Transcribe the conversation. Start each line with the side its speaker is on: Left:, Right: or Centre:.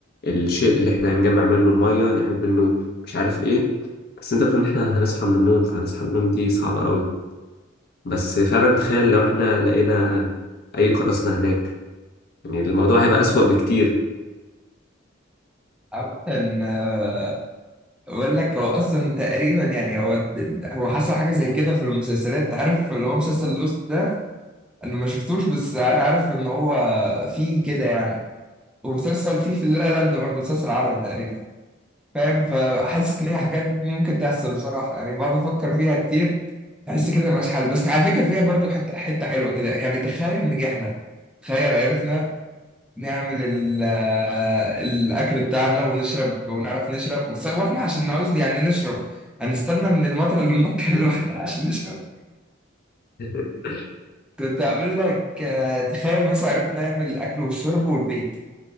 Left: الشيء اللي إحنا هنجمع منه المية نعمل منه مش عارف إيه بس أنت بتقول إن إحنا هنصحى من النوم فهنصحى من النوم دي صعبة أوي بس فعلا تخيل لو إحنا لقينا أي قراصنة هناك يعني الموضوع هيبقى أسوأ بكتير
Centre: <laughs> عامة آه، بقول لك هو أصلا تقريبا يعني هو هو حصل حاجة زي كده في المسلسلات عارف اللي هو مسلسل لوست ده انا ما شفتوش بس انا عارف ان هو فيه كده يعني ومسلسل فيه في لا لاند برضه مسلسل عربي تقريبا فاهم فحاسس ان هي حاجات ممكن تحصل بصراحه يعني بقعد افكر فيها كتير احس كده ملهاش حل بس على فكره فيها برضه حته حته حلوه كده يعني تخيل نجحنا تخيل عرفنا نعمل ال- آه، الاكل بتاعنا ونشرب ونعرف نشرب بس هو احنا عشان نعوز يعني نشرب هنستنى من المطر للمطر <laughs> اللي بعدها عشان نشرب
Left: <laughs>
Centre: كنت هقول لك آه، تخيل مثلا عرفنا نعمل الاكل والشرب والبيت